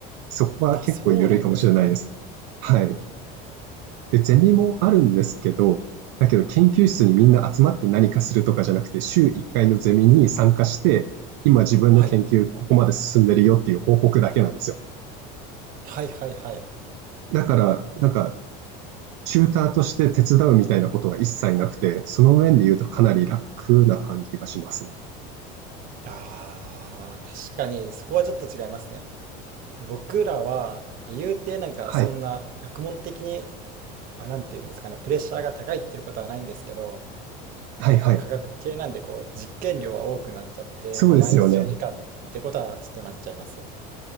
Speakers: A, on the right (about 70°); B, on the right (about 45°).
A: そこは結構緩いかもしれないです。
B: あ、そうなんですね。
A: はい。で、ゼミもあるんですけど、だけど研究室にみんな集まって何かするとかじゃなくて、週1回のゼミに参加して、今自分の研究ここまで進んでるよっていう報告だけなんですよ。
B: はい。はいはいはい。
A: だから、なんか、チューターとして手伝うみたいなことは一切なくて、その面で言うとかなり楽な感じがしますね。
B: ああ、確かにそこはちょっと違いますね。僕らは、まあ言うてなんかそんな学問的に、
A: はい。
B: まあ、なんて言うんですかね、プレッシャーが高いっていうことはないんですけど、
A: はいはい。
B: まあ、やっぱ科学系なんでこう実験量は多くなっちゃって、
A: そうですよね。
B: まあ、毎日長時間ってことはちょっとなっちゃいます。